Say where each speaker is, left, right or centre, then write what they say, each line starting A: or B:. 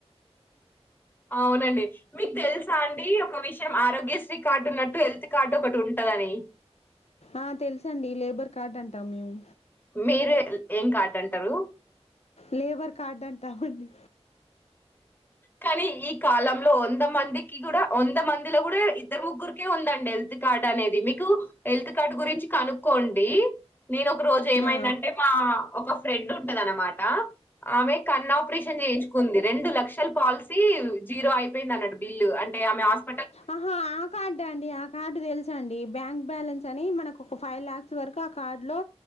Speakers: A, on the left; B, on the left.
A: అవునండి మీకు తెలుసా అండి ఒక విషయం ఆరోగ్యశ్రీ కార్డు ఉన్నట్టు హెల్త్ కార్డు ఒకటి ఉంటా దని
B: ఆ తెలుసండి లేబర్ కార్డ్ అంటాం మేము
A: మీరు ఏం కార్డు అంటారు
B: లేబర్ కార్డ్ అంటామండి
A: కానీ ఈ కాలంలో వంద మందికి కూడా వంద మందిలో కూడా ఇద్దరు ముగ్గురికే ఉందండి హెల్త్ కార్డ్ అనేది మీకు హెల్త్ కార్డ్ గురించి కనుక్కోండి నేను ఒక రోజు ఏమైందంటే
B: ఆ.
A: మా ఒక ఫ్రెండ్ ఉంటది అనమాట ఆమె కన్న ఆపరేషన్ చేయించుకుంది రెండు లక్షల పాలసీ జీరో అయిపోయింది అన్నట్టు బిల్లు అంటే ఆమె హస్
B: ఆహా ఆ కార్డా అండి ఆ కార్డు తెలుస అండి బ్యాంక్ బ్యాలెన్స్ అని మనకు ఒక ఫైవ్ ల్యాక్స్ వరకు ఆ కార్డు లో